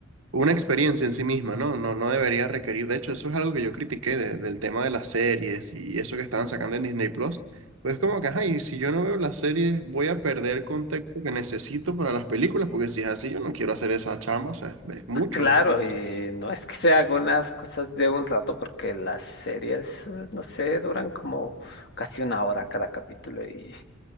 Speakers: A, on the right; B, on the left.
A: una experiencia en sí misma, ¿no? No, no debería requerir. De hecho, eso es algo que yo critiqué de- del tema de las series y eso que estaban sacando en Disney Plus. Pues como que, ajá, y si yo no veo las series, voy a perder contexto que necesito para las películas, porque si es así, yo no quiero hacer esa chamba, o sea, es mucho
B: Claro,
A: contenido.
B: y no es que se hagan las cosas de un rato, porque las series, eh, no sé, duran como casi una hora cada capítulo y,